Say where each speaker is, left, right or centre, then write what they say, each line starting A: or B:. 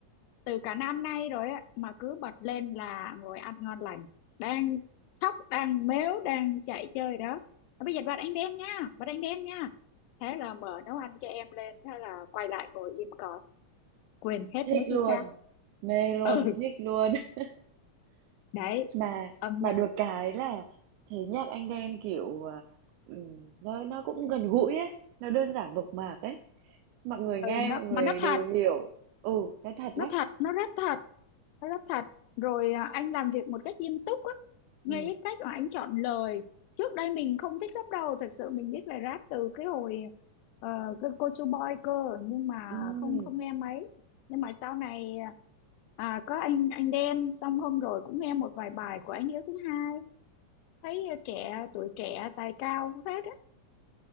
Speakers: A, on the left; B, on the right.
A: từ cả năm nay rồi á mà cứ bật lên là ngồi ăn ngon lành đang khóc đang mếu đang chạy chơi đó "Thôi bây giờ bật ánh đen nha bật ánh đen nha thế là mở nấu ăn cho em lên thế là quay lại ngồi im cỏ quên hết
B: thích
A: mấy thứ
B: luôn,
A: khác
B: mê luôn,
A: ừ
B: thích luôn. <laughs>
A: đấy
B: Mà
A: âm
B: mà
A: nhạc
B: được cái là thấy nhạc Anh Đen, kiểu, à, ừm, nó nó cũng gần gũi ấy, nó đơn giản mộc mạc ấy. Mọi người
A: ừ
B: nghe
A: nó
B: mọi người
A: mà nó thật
B: đều hiểu. Ừ, nó thật
A: nó
B: lắm.
A: thật nó rất thật nó rất thật rồi à, anh làm việc một cách nghiêm túc á ngay
B: Ừm,
A: cái cách mà anh chọn lời trước đây mình không thích lắm đâu thật sự mình biết là rap từ cái hồi ờ, cái cô Su Boy cơ nhưng mà
B: ừm.
A: không không nghe mấy nhưng mà sau này à, có anh anh Đen xong hôm rồi cũng nghe một vài bài của anh Hiếu thứ hai thấy à, trẻ tuổi trẻ tài cao hết á